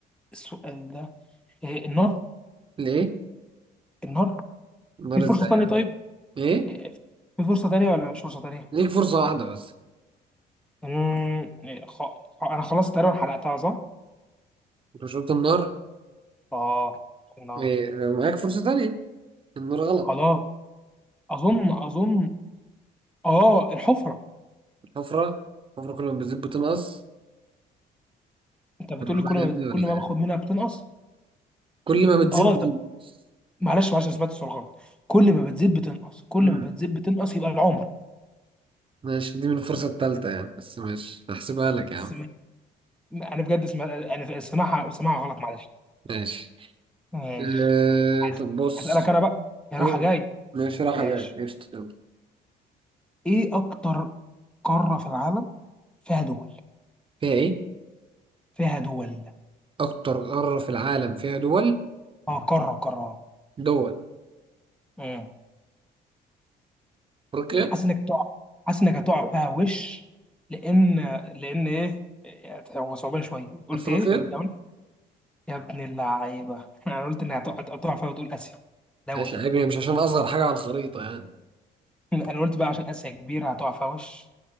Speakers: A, in the centre; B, on the right (about 30°).
A: السؤال ده إيه النار
B: ليه
A: النار
B: النار
A: في فرصه
B: ازاي
A: تانية
B: يعني
A: طيب
B: ايه
A: إيه، في فرصه تانية ولا مش فرصه تانية
B: ليك فرصة واحدة بس
A: امم إيه، خ... خ- انا خلاص تقريبا حرقتها صح
B: انت شربت النار
A: اه النار
B: إيه؟ لو معاك فرصة تانية النار غلط
A: خلاص اظن اظن اه الحفره
B: الحفرة الحفرة كل ما بتزيد بتنقص
A: انت بتقول
B: طب عمال
A: لي كل ما
B: يا ابني ولا
A: كل ما
B: يعني
A: باخد منها بتنقص
B: كل ما بتزيد
A: اه طب
B: بتنقص
A: معلش معلش انا سمعت السؤال غلط كل ما بتزيد بتنقص كل
B: امم
A: ما بتزيد بتنقص يبقى العمر
B: ماشي دي من الفرصة التالتة يعني بس ماشي هحسبها لك يا
A: بس
B: عم
A: م- انا بجد اسمع انا سمعها سمعها غلط معلش
B: ماشي
A: ماشي
B: إيه
A: هس-
B: طب بص
A: هسألك انا بقى يا
B: أوه.
A: راحه جاي
B: ماشي رايحة
A: ماشي
B: جاية قشطة يلا
A: ايه اكتر قاره في العالم فيها دول
B: فيها ايه
A: فيها دول
B: اكتر قاره في العالم فيها دول
A: اه قاره قاره
B: دول
A: آه.
B: افريقيا
A: انا حاسس انك هتقع حاسس انك هتقع فيها وش لان لان ايه هو صعبان شويه قلت
B: افريقيا
A: ايه الدولي يا ابن اللعيبه <laughs> انا قلت انها هتقع هتقع فيها وتقول اسيا دولي
B: ايش عيبني مش عشان اصغر حاجه على الخريطه يعني
A: <laughs> انا قلت بقى عشان اسيا كبيره هتقع فيها وش